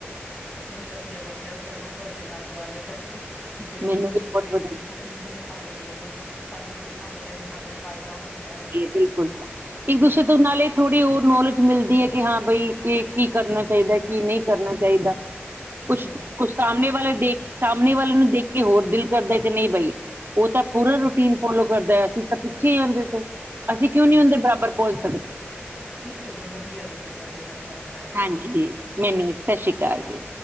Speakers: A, on the left (about 30°); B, on the right (about 55°).
A: ਨਹੀਂ ਵਧੀਆ ਲੱਗੀਆ ਸਗੋਂ ਤੁਹਾਡੇ ਨਾਲ ਗੱਲ ਕਰਕੇ ਤਾ ਕੇ ਡੇਲੀ
B: ਮੈਨੂੰ
A: ਰੂਟੀਨ
B: ਵੀ ਬਹੁਤ
A: ਦੇ
B: ਵਧੀਆ
A: ਦੇਖੋ ਕਿੰਨੇ ਫ਼ਾਇਦੇ ਨੇ ਸਾਨੂੰ ਕਿੰਨਾ ਇਹ ਦੇ ਨਾਲ ਫਾਇਦਾ ਹੁੰਦਾ ਹੈ
B: ਬਿਲਕੁਲ ਇਕ
A: ਬਿਲਕੁਲ
B: ਦੂਸਰੇ ਤੋਂ ਨਾਲੇ ਥੋੜੀ ਉਹ ਨੌਲੇਜ ਮਿਲਦੀ ਹੈ ਕਿ ਹਾਂ ਬਈ ਕੀ ਕਰਨਾ ਚਾਹੀਦਾ ਕੀ ਨਹੀਂ ਕਰਨਾ ਚਾਹੀਦਾ ਉਸ
A: ਬਿਲਕੁਲ
B: ਸਾਹਮਣੇ ਵਾਲੇ ਸਾਹਮਣੇ ਵਾਲੇ ਨੂੰ ਦੇਖ ਕੇ ਹੋਰ ਦਿਲ ਕਰਦਾ ਜੇ ਨਹੀਂ ਬਈ ਉਹ ਤਾਂ ਪੂਰੇ ਰੂਟੀਨ ਫੋਲੋ ਕਰਦਾ ਅ ਸੀਂ ਤਾਂ ਕੀ ਆਦੇ ਤੋਂ ਅਸੀਂ ਕਿਉਂ
A: ਸਹੀ
B: ਨਹੀਂ
A: ਗਲ
B: ਉਹਦੇ ਬਰਾਬਰ ਪਹੁੰਚ ਸਕਦੇ
A: ਨਹੀਂ ਚਲੋ ਵਧੀਆ ਲੱਗਿਆ ਤੁਹਾਡੇ ਨਾਲ ਗੱਲ ਕਰ ਕੇ
B: ਹਾਂਜੀ ਨਹੀ ਨੀ ਸਤਿ ਸ਼੍ਰੀ ਅਕਾਲ ਜੀ